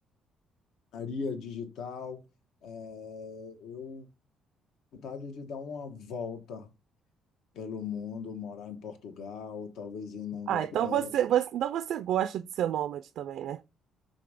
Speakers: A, on the left; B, on the right.
A: área digital, eh, eu tenho vontade de dar uma volta pelo mundo, morar em Portugal, talvez ir na Inglaterra,
B: Ah, então você, você, então você gosta de ser nômade também, né?